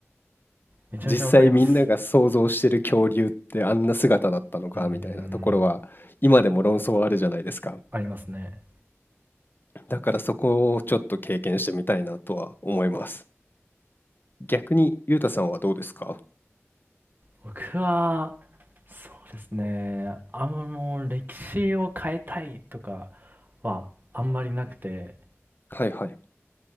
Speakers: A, on the right; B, on the left.
A: めちゃめちゃわかります。
B: 実際みんなが想像してる恐竜ってあんな姿だったのかみたいなところは今でも論争はあるじゃないですか。
A: うーん。ありますね。
B: だからそこをちょっと経験してみたいなとは思います。逆にゆうたさんはどうですか
A: 僕は、そうですね、あの、歴史を変えたいとかはあんまりなくて、
B: はいはい。